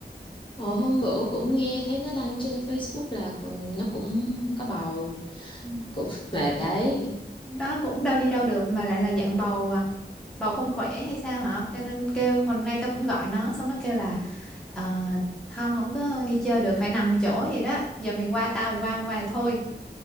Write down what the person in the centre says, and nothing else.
Ừ.
đó cũng đâu đi đâu được mà lại là dặn bầu à bầu không khỏe hay sao hả cho nên kêu hôm nay tao cũng gọi nó xong nó kêu là "Ờ, không không có đi chơi được phải nằm chỗ vậy đó giờ mày qua tao mày qua không qua thì thôi